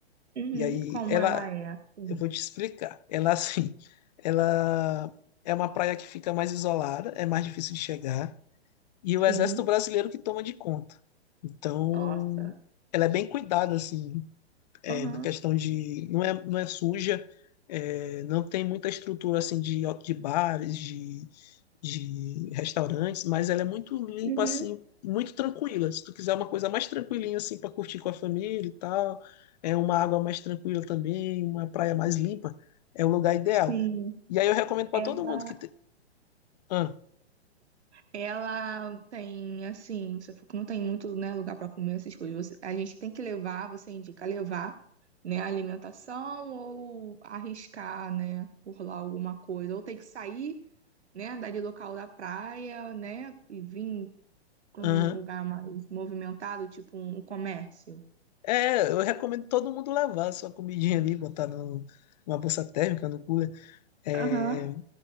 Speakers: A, on the right (about 80°); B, on the left (about 40°).
A: Uhum,
B: E aí,
A: como
B: ela,
A: ela é. Sim.
B: eu vou te explicar. Ela, assim, <laughs> ela é uma praia que fica mais isolada, é mais difícil de chegar, e
A: Sim.
B: o Exército Brasileiro que toma de conta. Então,
A: Nossa.
B: ela é bem cuidada, assim, é,
A: Aham.
B: na questão de não é, não é suja, é, não tem muita estrutura assim de, de bares, de, de restaurantes, mas ela é muito limpa
A: Uhum,
B: assim, muito tranquila. Se tu quiser uma coisa mais tranquilinha assim para curtir com a família e tal, é uma água mais tranquila também, uma praia mais limpa, é o lugar ideal.
A: sim.
B: E aí eu recomendo para
A: Ela
B: todo mundo que tem. Ah,
A: Ela tem, assim, você falou que não tem muito, né, lugar para comer essas coisas. Você- a gente tem que levar, você indica levar, né, a alimentação ou arriscar, né, por lá alguma coisa. Ou tem que sair, né, dali local da praia, né, e vir para
B: aham.
A: um lugar mais movimentado, tipo um um comércio.
B: É, eu recomendo todo mundo levar a sua comidinha ali, botar no, numa bolsa térmica, no cooler. É,
A: Aham,